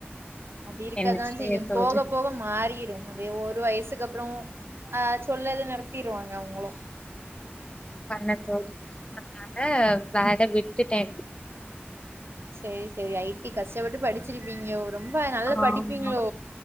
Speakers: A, on the right; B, on the left.
A: அது இருக்கதா
B: என்ன செய்யதோது
A: செய்யு போக போக மாறிரு அதே ஒரு வயசுக்கு அப்றோ அ சொல்லது நடத்திருவாங்க அவங்களு
B: பண்ண தோதி அனால வேல விட்டுட்டே
A: சேரி சேரி ஐ டி கஷ்டப்பட்டு படிச்சிருப்பீங்ளோ ரொம்ப நல்லா
B: ஆமா
A: படிப்பீங்ளோ